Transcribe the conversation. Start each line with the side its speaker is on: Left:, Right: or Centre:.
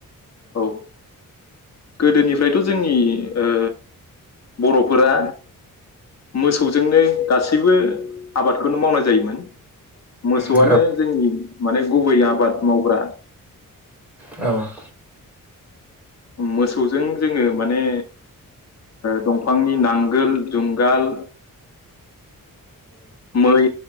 Left: औ गोदोनिफ्रायथ' जोंनि ओ बर'फोरा मोसौजोंनो गासैबो आबादखौनो मावनाय जायोमोन मोसौआनो
Centre: औ मै औ
Left: जोंनि माने गुबै आबाद मावग्रा
Centre: औ <inaudible>
Left: मोसौजों जों जोङो माने दंफां दफांनि नांगोल जुंगाल मै